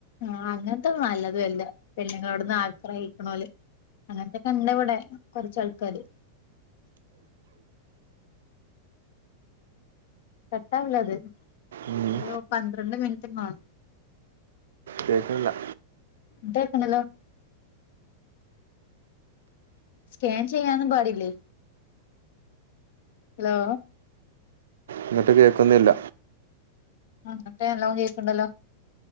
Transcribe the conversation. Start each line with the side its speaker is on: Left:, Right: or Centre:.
Left: ആ അങ്ങൻത്തത് നല്ലതു അല്ല പെണ്ണ്ങ്ങളോട്ന്ന് ആഗ്രഹിക്കണോല് അങ്ങൻത്തൊക്കെണ്ട് വടെ കൊർച്ചാൾക്കാര് കട്ടാവൂലത്
Right: ഉം
Left: ഞ്യും പന്ത്രണ്ട് മിൻറ്റും കാണും
Right: കേക്ക്‌ൺല്ല
Left: <unintelligible> സ്കാൻ ചെയ്യാനും പാടില്ലേ ഹലോ
Right: ഇങ്ങട്ട് കേക്കുന്നില്ല
Left: അ ഇങ്ങട്ട് നല്ലോം കേക്ക്ണ്ടല്ലോ